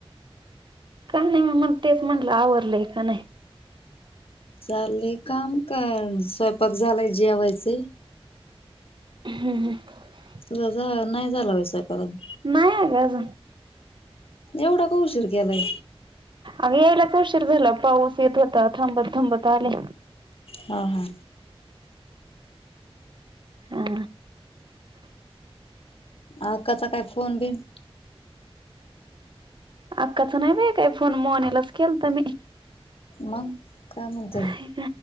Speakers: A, on the right; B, on the left.
A: का नाही म तेच म्हटलं आवरलंय का नाही.
B: चालले काम कर स्वयंपाक झालाय जेवायचे.
A: हम् ह.
B: तुझा जा नाही झाला विसयपून
A: नाही काझ.
B: एवढा कोशरकला
A: अग यायलाच उशीर झाला पाऊस येत होता थांबत थांबत आले.
B: ह हा.
A: हा
B: अकाचा काय फोन बिन
A: अक्काच नाही बा काय फोन मोनीलाच केल तर मी
B: मग काय म्हणतोय
A: हे.